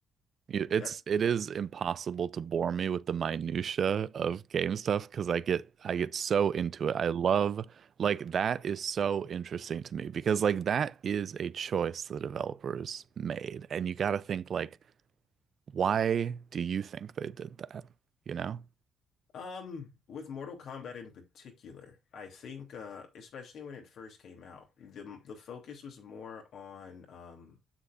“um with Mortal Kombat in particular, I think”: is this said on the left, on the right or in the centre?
Left